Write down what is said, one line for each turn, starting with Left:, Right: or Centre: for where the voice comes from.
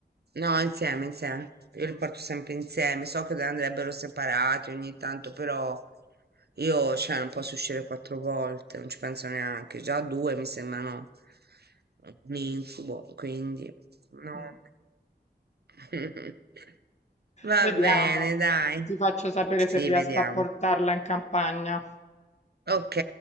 Right: No, insieme, insieme. Io
Left: Mm,
Right: li porto sempre insieme. So che andrebbero separati ogni tanto, però io, cioè, non posso uscire quattro volte, non ci penso neanche. Già due mi sembrano un incubo, quindi no.
Left: mm.
Right: <laughs> Va
Left: Vediamo,
Right: bene, dai.
Left: ti faccio sapere
Right: Sì,
Left: se riesco
Right: vediamo.
Left: a portarla in campagna.
Right: Ok.